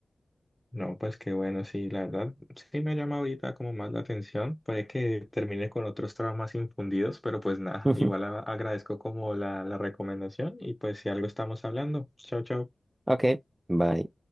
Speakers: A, in the centre; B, on the right.
A: No, pues qué bueno, sí, la verdad sí me llama ahorita como más la atención, puede que termine con otros traumas infundidos, pero pues nada,
B: <laughs>
A: igual a- agradezco como la, la recomendación y pues si algo estamos hablando. Chao, chao.
B: Ok, bye.